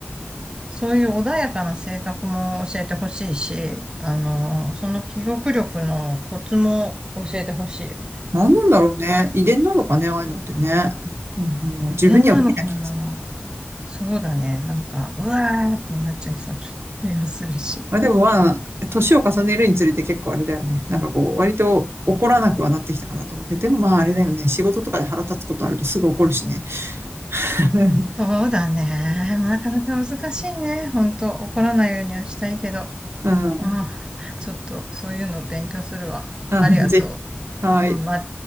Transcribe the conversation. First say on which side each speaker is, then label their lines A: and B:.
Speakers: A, on the right (about 20°); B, on the right (about 75°).
A: そういう穏やかな性格も教えてほしいし、あの、その記憶力のコツも教えてほしいよね。
B: 何なんだろうね。遺伝なのかね、ああいうのってね。なんかもう自分には無理な気がする。
A: 遺伝なのかなそうだね。なんか、うわーってなっちゃいそうな気がするし。
B: まあでもまあ、年を重ねるにつれて結構あれだよね。なんかこう、割と怒らなくはなってきたかなと思うけど、でもまああれだよね。仕事とかで腹立つことあるとすぐ怒るしね。<laughs>
A: そうだね。なかなか難しいね。ほんと、怒らないようにはしたいけど。
B: うん。
A: うん。ちょっと、そういうの勉強するわ。
B: うんぜひ。
A: ありがと
B: はい。
A: う。うん、ま